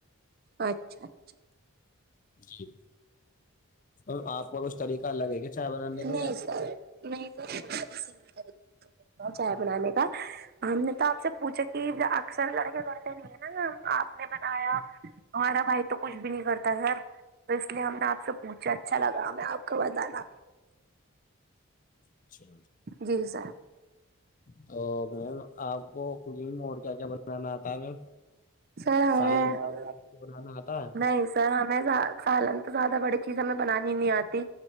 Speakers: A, on the right; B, on the left.
A: اچھا اچھا
B: جی اور آپ کو ک طریقہ الگ ہے کہ چائے بنانے کا
A: نہیں
B: آپ
A: سر نہیں تو چائے بنانے کا ہم نے تو آپ سے پوچھا کہ اکثر لڑکے لڑتے نہیں ہیں نا آپ نے بنایا ہمارا بھائی تو کچھ بھی نہیں کرتا سر تو اس لیے ہم نے آپ سے پوچھا اچھا لگا ہمیں آپ کو بتانا
B: اچھا
A: جی سر
B: تو میم آپ کو ککنگ میں اور کیا کیا بنانا آتا ہے میم
A: سر ہمیں
B: سالن وغیرہ بنانا آتا
A: نہیں سر ہمیں سالن تو زیادہ بڑے چیز ہمیں بنانی نہیں آتی